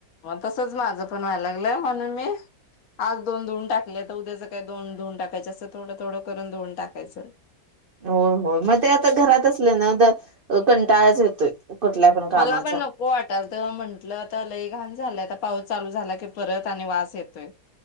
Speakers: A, on the left (about 65°); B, on the right (about 70°).
A: मग तसंच माझं पण व्हायला लागलं म्हणून मी आज दोन धुवून टाकले आता उद्या सकाळी काही दोन धुून टाकायच असं थोडं थोडं करून धुवून टाकायचं.
B: हो हो मग ते आता घरात असलं ना तर अ कंटाळच येतोय. कुठल्या पण कामाचा
A: मला पण नको वाटालत पण म्हंटलं आता लई घाण झालंय आता पाऊस चालू झाला की परत आणि वास येतोय.